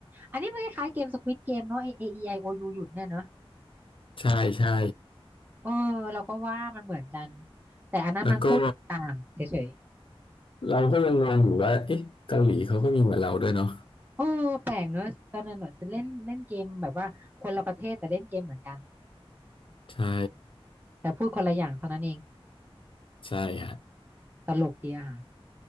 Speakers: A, on the right (about 20°); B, on the left (about 60°).
A: อันนี้มันคล้ายๆเกมสควิดเกมเนาะ A A E I O U หยุดเนี่ยเนาะ
B: ใช่ใช่
A: เออเราก็ว่ามันเหมือนกัน แต่อันนั้นมันพูดต่างเฉย
B: แล้วก็เราก็ยังงงอยู่ว่าเอ๊ะเกาหลีเขาก็มีเหมือนเราด้วยเนาะ
A: ๆ เออแปลกเนอะตอนนั้นเนอะเล่นเล่นเกมแบบว่าคนละประเทศแต่เล่นเกมเหมือนกัน
B: ใช่
A: แต่พูดคนละอย่างเท่านั้นเอง
B: ใช่ฮะ
A: ตลกดีอะค่ะ